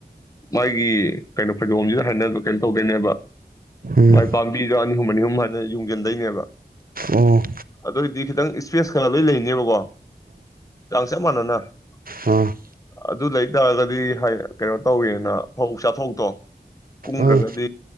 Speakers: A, on the left; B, on the right.
A: ꯃꯥꯒꯤ ꯀꯩꯅꯣ ꯐꯩꯗꯣꯝꯁꯤꯗ ꯍꯥꯏꯅ ꯀꯩꯅꯣ ꯇꯧꯗꯣꯏꯅꯦꯕ
B: ꯎꯝ
A: ꯃꯥꯏ ꯄꯥꯕꯤꯗ‌ꯣ ꯑꯅꯤ ꯑꯍꯨꯝ ꯑꯅꯤ ꯑꯍꯨꯝ ꯌꯨꯡꯁꯤꯟꯗꯣꯏꯅꯦꯕ
B: ꯑꯣ
A: ꯑꯗꯨ ꯑꯣꯏꯗꯤ ꯈꯤꯇꯪ ꯏꯁꯄꯦꯁ ꯈꯂ ꯂꯣꯏ ꯂꯩꯅꯦꯕꯀꯣ ꯂꯥꯡ ꯆꯞ ꯃꯅꯅꯥ <unintelligible> <inaudible>
B: ꯑ
A: ꯑꯗꯨ ꯂꯩ ꯇꯥꯔꯒꯗꯤ ꯍꯥꯏꯑ ꯀꯩꯅꯣ ꯇꯧꯋꯦꯅ ꯐꯧ ꯆꯥꯊꯣꯛꯇꯣ ꯀꯨꯝꯒꯔꯥꯒꯗꯤ
B: ꯑꯥ